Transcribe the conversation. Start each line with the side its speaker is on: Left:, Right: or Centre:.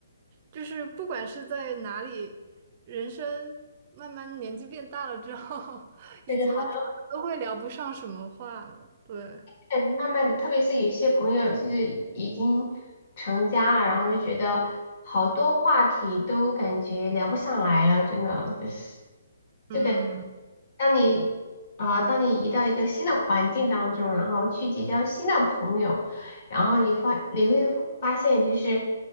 Right: 就是不管是在哪里，人生慢慢年纪变大了之后，<laughs> 以前的朋友都会聊不上什么话了。
Left: 这就好。
Right: 对，
Left: 感觉慢慢的，特别是有些朋友就是已经成家了，然后就觉得好多话题都感觉聊不上来了，真的就是就感
Right: 嗯。
Left: 当你啊、当你移到一个新的环境当中，然后去结交新的朋友，然后你发你会发现就是